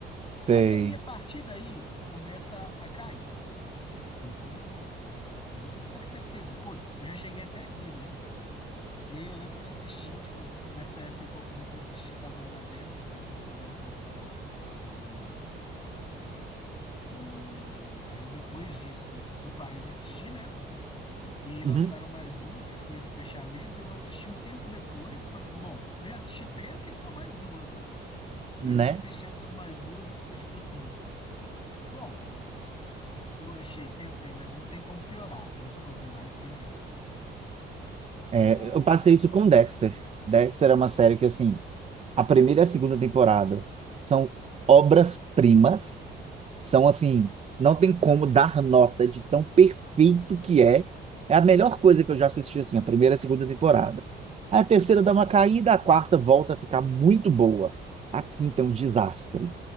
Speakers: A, on the left (about 25°); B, on the right (about 30°).
A: Só
B: sei.
A: que aí a partir daí começa a cair. Aí vai ficando ruim, vai ficando ruim. Só que você fez, putz, eu já cheguei até aqui, né? E aí eu lembro que eu assisti, tipo, nessa época que eu comecei a assistir, tava na décima segunda ou décima terceira temporada, se eu não me engano. E aí depois disso eu parei de assistir, né? E aí lançaram
B: Uhum,
A: mais duas, que foi esse fechamento. Eu assisti um tempo depois e falei assim: bom, eu já assisti três, o que é que são mais duas, né? E
B: né?
A: aí eu assisti essas mais duas e foi tipo assim: bom, eu achei, pensei, né? Não tem como piorar. Eles foram lá e pioraram.
B: É,
A: Mas.
B: eu passei isso com Dexter. Dexter é uma série que, assim, A primeira e a segunda temporada são obras-primas. São assim, não tem como dar nota de tão perfeito que é. É a melhor coisa que eu já assisti assim, a primeira e a segunda temporada. A terceira dá uma caída, a quarta volta a ficar muito boa. A quinta é um desastre.